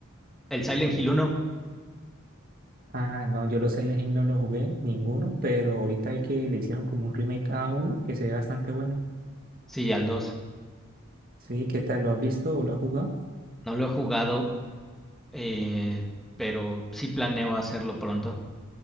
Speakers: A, in the centre; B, on the right.
A: el Silent Hill uno.
B: Ah, no, yo los Silent Hill no los jugué, ninguno, pero ahorita vi que le hicieron como un remake a uno que se ve bastante bueno.
A: Sí, al 2.
B: Sí, ¿qué tal? ¿Lo has visto o lo has jugado?
A: No lo he jugado, eh, pero sí planeo hacerlo pronto.